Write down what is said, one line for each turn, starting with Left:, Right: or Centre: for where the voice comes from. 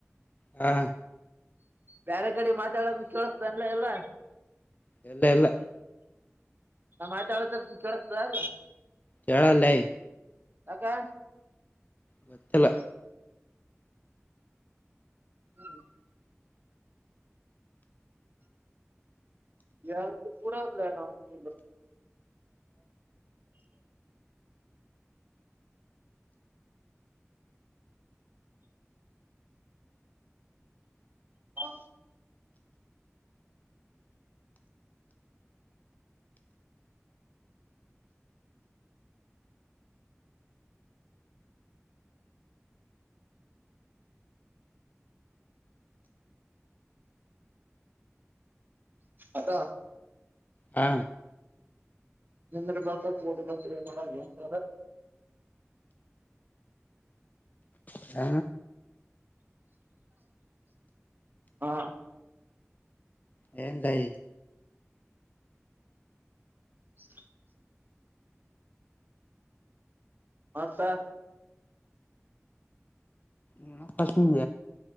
Left: ಹಾ
Right: ಬೇರೆ ಕಡೆ ಮಾತಾಡೋದ ಕೇಳಿಸಸತ ಅನ್ಲ ಎಲ್ಲಾ.
Left: ಎಲ್ಲ ಇಲ್ಲ
Right: ಹ ಮಾತತ ಕೆೇಳಸಲ್ಲ
Left: ಜಳಲ
Right: ಕೆ
Left: ಗತ್ತಲ
Right: ಹ ಎ ಕೂಡ್ಲನ್ ಹ ಅದ
Left: ಹಾ
Right: ಎಂದ್ರ ಬ ಕಡ್ಬೇಕು ಏ ಮಾಡಂತ
Left: ಹ
Right: ಹಾ
Left: ಎಏಂದಐ
Right: ಸ ಹಾಂತ್ತ
Left: ಇ ಕಸಮ